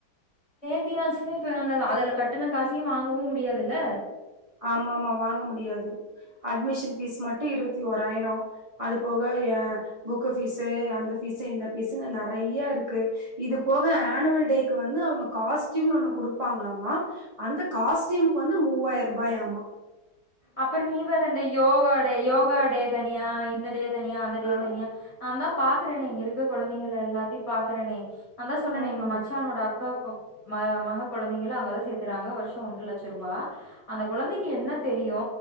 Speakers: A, on the left; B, on the right.
A: சேத்தியாச்சுன்னா இப்ப அந்த அதுல கட்டுன காசையு வாங்கவு முடியாதுல்ல
B: ஆமாமா வாங்க முடியாது அட்மிஷன் பீஸ் மட்டு இருவத்தி ஓராயிர அது போக ஏ புக்கு பீஸ்ஸு அந்த பீஸ்ஸு இந்த பீஸ்ஸுன்னு நெறைய இருக்கு இது போக ஆனுவல் டேக்கு வந்து அவங்க காஸ்ட்டியூம்னு ஒண்ணு குடுப்பாங்களாமா அந்த காஸ்ட்டியூம்க்கு வந்து மூவாயிர ருபாயாமா
A: அப்பற நீ வேற அந்த யோகா டே யோகா டே தனியா இந்தடே தனியா அந்த டே
B: ஆ
A: தனியா நா தா பாக்கறேனே இங்கருக்கு கொழந்தைங்கள எல்லா எல்லாத்திப் பாக்கறேனே நா தா சொன்னனே
B: ம்
A: எங்க மச்சானோட அக்கா கொ ம மக கொழந்தைங்கள அங்கதா சேத் துறாங்க வருஷோ ஒன்றலட்ச ரூபா அந்த கொழந்தைக்கி என்ன தெரியு